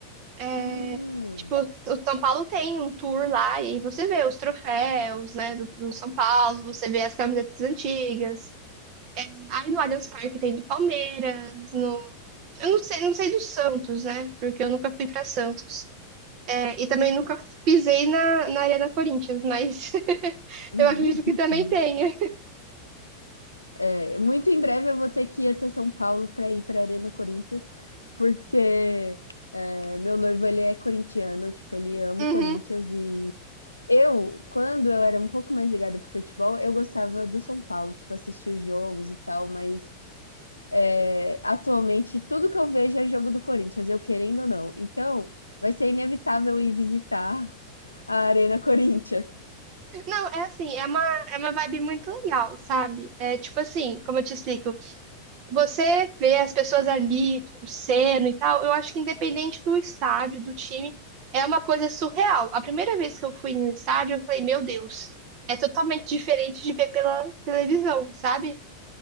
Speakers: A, on the right; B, on the left.
A: É,
B: Hum.
A: tipo, o São Paulo tem um tour lá e você vê os troféus, né, do, do São Paulo, você vê as camisetas antigas. Aí no Allianz Parque tem do Palmeiras, no. Eu não sei, não sei do Santos, né? Porque eu nunca fui pra Santos. É, e também nunca pisei na, na Arena Corinthians, mas <laughs>
B: <laughs>
A: eu acredito que também tenha.
B: É, muito em breve eu vou ter que ir até São Paulo para ir para Arena Corinthians, porque, eh, meu noivo ele é corintiano, tipo, ele ama
A: Uhum.
B: o Corinthians e Eu, quando eu era um pouco mais ligada pro futebol, eu gostava do São Paulo, tipo, assistir os jogos e tal, mas é, atualmente tudo que eu vejo é jogo do Corinthians, eu querendo ou não. Então, vai ser inevitável ir visitar a Arena Corinthians.
A: Não, é assim, é uma, é uma vibe muito legal, sabe? É tipo assim, como eu te explico, você vê as pessoas ali torcendo e tal, eu acho que independente do estádio, do time, é uma coisa surreal. A primeira vez que eu fui no estádio, eu falei, meu Deus, é totalmente diferente de ver pela televisão, sabe?